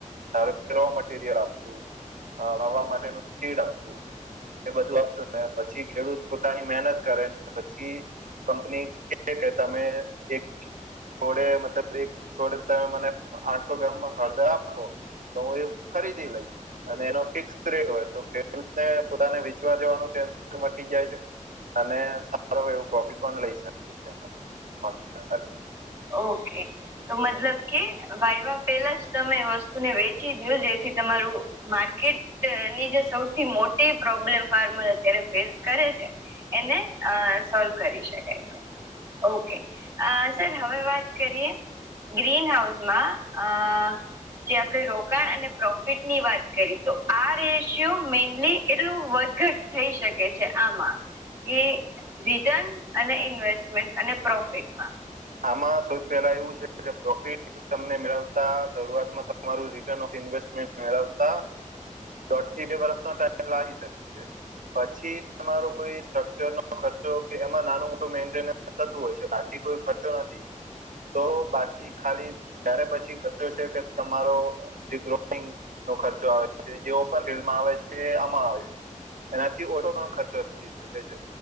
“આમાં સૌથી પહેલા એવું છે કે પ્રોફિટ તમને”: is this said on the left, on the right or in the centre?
Right